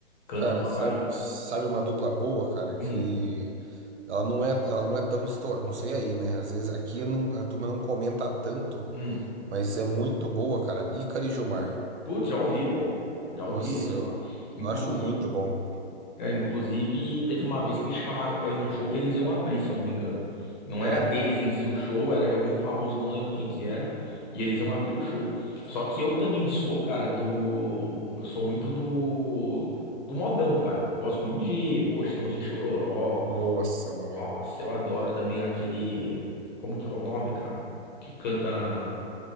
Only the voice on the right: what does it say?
Cara,
sabe,
sabe uma dupla boa, cara, que
ela não é, ela não é tão estourada, não sei aí, né? Às vezes aqui eu não, a turma não comenta tanto,
mas é muito boa, cara. Ícaro e Gilmar.
Nossa,
eu,
eu acho muito bom.
É,
nossa, é bom,
hein?